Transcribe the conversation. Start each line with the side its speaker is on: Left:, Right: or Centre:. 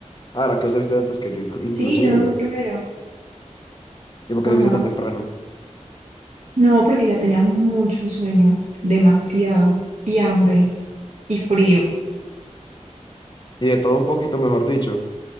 Left: Ah, la que usted viste antes que yo, inclu- inclusive.
Right: Sí, yo me fui primero.
Left: ¿Y por qué
Right: Ajá.
Left: te viste tan temprano?
Right: No, porque ya tenía mucho sueño, demasiado, y hambre, y frío.
Left: Y de todo un poquito, mejor dicho.